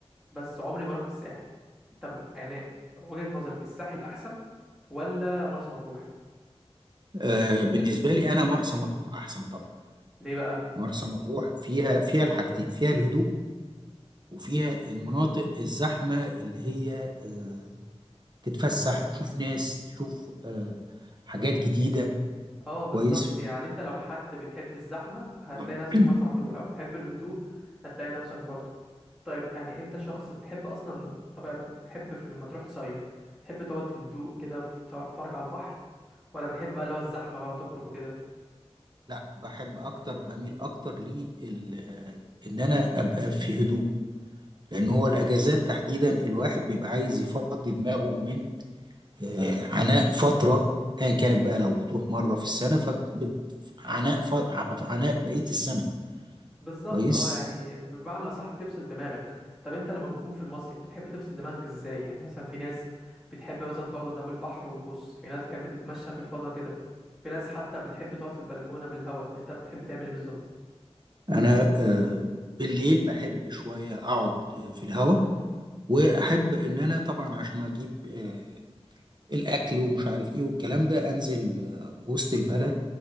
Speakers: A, in the centre; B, on the right (about 45°).
A: بس عمري ما رحت الساحل طب يعني وجهة نظرك الساحل احسن ولا مرسى مطروح
B: آه، بالنسبه لي انا مرسى مطروح احسن طبعا
A: ليه بقى
B: مرسى مطروح فيها فيها الحاجتين فيها الهدوء وفيها المناطق الزحمة اللي هي آه، تتفسح تشوف ناس تشوف آه، حاجات جديدة
A: اه بالظبط
B: كويس
A: يعني انت لو حد بتحب الزحمة هتلاقي
B: <clears throat>
A: نفسك في مرسى مطروح لو بتحب الهدوء هتلاقي نفسك برضه طيب يعني انت شخص بتحب اصلا طبيعتك بتحب في لما تروح تصيف تحب تقعد في هدوء كده في- تقعد تتفرج على البحر ولا بتحب بقى اللي هو الزحمه بقى وتخرج وكده
B: لا بحب اكتر بميل اكتر لي ال- آه، ان انا ابقى في هدوء لان هو الاجازات تحديدا الواحد بيبقى عايز يفضي دماغه من آه، عناء فترة ايا كانت بقى لو بتروح مرة في السنة فعناء عناء ف- عناء بقية السنة
A: بالظبط
B: كويس
A: اه يعني بمعنى اصح بتفصل دماغك طب انت لما بتكون في المصيف بتحب تفصل دماغك ازاي يعني مثلا في ناس بتحب مثلا تقعد قدام البحر وتبص في ناس بتحب تتمشى في الفضاء كده في ناس حتى بتحب تقعد في البلكونه بالهواء انت بتحب تعمل ايه بالظبط
B: انا آه، بالليل بحب شويه اقعد آه، في الهوا واحب ان انا طبعا عشان اجيب آه، الاكل ومش عارف ايه والكلام ده انزل آه، وسط البلد